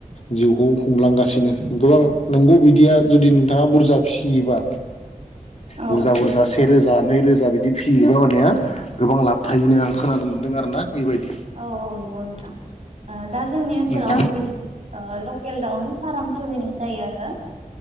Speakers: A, on the left (about 50°); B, on the right (about 50°).
A: जिउखौ खुंलांगासिनो गोबां नोंगौ बिदिया जुदि नोंथाङा बुरजा फिसियोबा
B: औ
A: बुरजा बुरजासि से रोजा नै रोजा बिदि फियोबा माने गोबां लाब थायोनो आं खोनानो मोनदों आरो ना। बेबायदि
B: औ औ नंगौ नोंथां ओ दा जोंनि ओनसोलावहाय
A: नोंथां
B: बिदि ओ लकेल दाउनि फार्म खुलिनाय जायो आरो